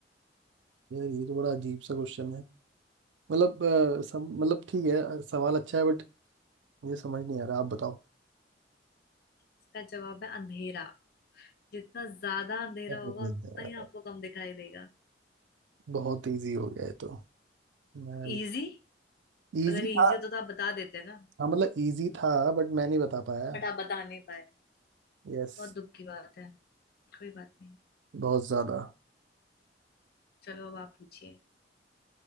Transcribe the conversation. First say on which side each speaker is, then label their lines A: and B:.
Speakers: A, on the right (about 90°); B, on the left (about 55°).
A: यार ये तो बड़ा अजीब सा क्वेश्चन है मतलब अ, सम, मतलब ठीक है अ, सवाल अच्छा है बट मुझे समझ नहीं आ रहा आप बताओ <laughs>
B: इसका जवाब है अंधेरा जितना ज्यादा अंधेरा
A: क्या बोलें
B: होगा उतना
A: यार?
B: ही आपको कम दिखाई देगा
A: बहुत इजी हो गया है तो मैं
B: इजी
A: इजी
B: अगर इजी
A: था
B: होता तो आप बता देते ना
A: हाँ मतलब इजी था बट मैं नहीं बता पाया
B: बट आप बता नहीं पाए
A: यस
B: बहुत दुख की बात है कोई बात नहीं
A: बहुत ज्यादा
B: चलो अब आप पूछिए